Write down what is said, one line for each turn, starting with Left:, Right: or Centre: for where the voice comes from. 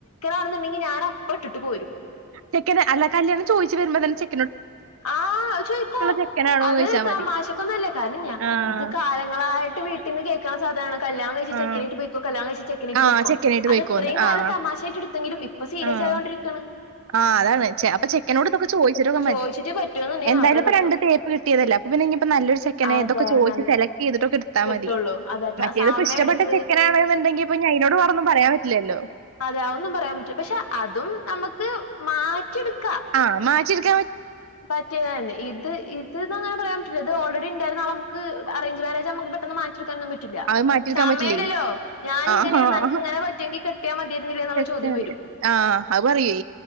Left: ാണെന്നുണ്ടെങ്ക ഞൻ അപ്പ ഇട്ടിട്ടു പോരും
Right: ചെക്കന അല്ലാ കല്ല്യാണം ചോദിച്ചു വരുമ്പോന്നെ ചെ
Left: ആഹ അത് ചോദിക്കും
Right: ചെക്കനാണോന്ന്
Left: അത്
Right: ചോദിച്ചാൽ
Left: തമാശക്കൊന്നല്ല
Right: മതി
Left: കാരണം ഞാൻ
Right: ആഹ്
Left: ഇത് കാലങ്ങ നിങ്ങളായിട്ട് വീട്ട നിന്ന് കേൾക്കുള്ള സാധാനമാണ് കല്ല്യാണം കഴി
Right: ആഹ്
Left: ചെക്കനട്ട പോയിക്കോ കല്ലാ കഴിച്ച ചെക്കനറ്റ്
Right: ആഹ്
Left: പോയിക്കോ
Right: ചെക്കനായിട്ട് പോയിക്കോന്ന്
Left: അത്െത്രയും കാലം
Right: ആഹ്
Left: തമാശായിട്ട് എടുത്തെങ്കിലും ഇപ്പൊ സീരിയസ്
Right: ആഹ്
Left: ആയൊണ്ടിരിക്കാണ്
Right: ആഹ് അതാണ് അപ്പൊ ചെക്കനോട് ഇത്തൊക്കെ ചോദിച്ചിട്ടോക്കാൻ
Left: ചോയിച്ചിട്ട്
Right: മതി
Left: പറ്റുവെന്നുണ്ടെങ്കി
Right: എന്തായാലും
Left: മാത്രേ
Right: ഇപ്പോ
Left: കെട്ടുള്ളൂ
Right: രണ്ട് തേപ്പ് കിട്ടിയതല്ല അപ്പ പിന്ന ഇനിയിപ്പോ നല്ലൊരുെക്കൻ
Left: അതെ
Right: ഇതൊക്കെ ചോച്ച്
Left: നല്ല
Right: സെലക്ട് ചെയ്തിട്ടൊക്കെ ഇടുത്താ
Left: കിട്ടുള്ളൂ
Right: മതി
Left: അതെ
Right: മറ്റേതിപ്പോ
Left: സമയം
Right: ഇഷ്ടപ്പെട്ട
Left: എടുത്ത്
Right: ചെക്കനാണെന്നുണ്ടെങ്കി ഇപ്പൊ ഞാൻതിനോട് വേറൊന്നും പറയാൻ പറ്റില്ലല്ലോ
Left: അതെയൊന്നും പറയാൻ പറ്റൂ പക്ഷെ അതും നമുക്ക് മാറ്റിെടുക്ക
Right: ആഹ മാ ചിർഗ
Left: പറ്റിയത തന്നെ ഇത് ഇത്ന്ന് അങ്ങനെ പറയാൻ പറ്റില്ല ഇത് ഓൾറെഡി നമുക്ക് അറേഞ്ച് മാരേജ് നമുക്ക് പെട്ടന്ന് മാറ്റി പറ്റില്ല
Right: അത് മാറ്റിയെടുക്കാൻ
Left: സമയല്ലല്ലോ
Right: പറ്റില്ലേ?
Left: ഞാനിങ്ങനെനക്ക്
Right: ആഹ്. ആഹ്.
Left: ഇങ്ങനെ പറ്റെങ്കിൽ കെട്ടിയാൽ മതിയരുന്നില്ലേ എന്നുള്ള
Right: സെറ്റ്
Left: ചോദ്യം വരും
Right: ആഹ് അവ പററിയേ